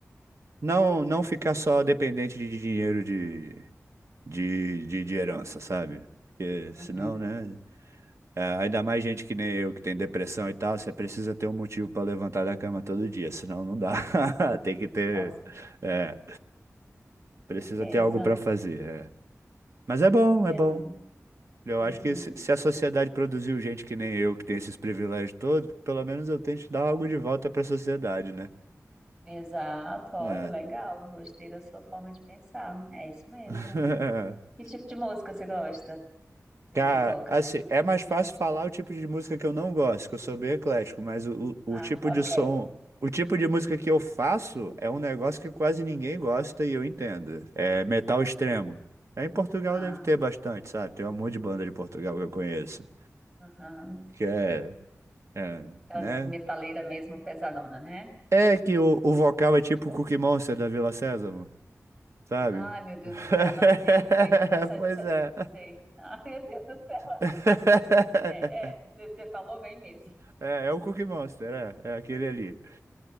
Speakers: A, on the right; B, on the right.
A: não, não ficar só dependente de dinheiro de, de, de, de herança, sabe? Porque
B: uhum,
A: senão, né? É, ainda mais gente que nem eu, que tem depressão e tal, você precisa ter um motivo para levantar da cama todo dia, senão não dá. <laughs> Tem que ter,
B: com
A: é, precisa
B: certeza,
A: ter algo para fazer. é. Mas é
B: com
A: bom,
B: certeza.
A: é bom. Eu
B: Uhum.
A: acho que se, se a sociedade produziu gente que nem eu, que tem esses privilégios todos, pelo menos eu tento dar algo de volta para a sociedade, né?
B: Exato, olha,
A: É.
B: legal. Gostei da sua forma de pensar. É isso mesmo.
A: <laughs>
B: Que tipo de música você gosta? Você
A: Cara,
B: você toca?
A: assim, é mais fácil falar o tipo de música que eu não gosto, que eu sou bem eclético, mas o, o,
B: Ah,
A: o tipo
B: ok.
A: de som, o tipo de música que eu faço é um negócio que quase ninguém gosta e eu entendo. É metal extremo. É, em Portugal
B: Ah,
A: deve ter bastante, sabe? Tem um monte de banda de Portugal que eu conheço.
B: tá. aham.
A: Que é, é,
B: Aquelas
A: né?
B: metaleiras mesmo, pesadona, né?
A: É que o, o vocal é tipo o Cookie Monster da Vila Sésamo, sabe?
B: Ai, meu Deus
A: <laughs>
B: do céu. Aham, sei, sei. Da, se-
A: Pois
B: se-
A: é.
B: sei. <laughs> Ai, meu Deus do céu.
A: <laughs>
B: É, é, você falou bem mesmo.
A: É, é o Cookie Monster, é, é aquele ali.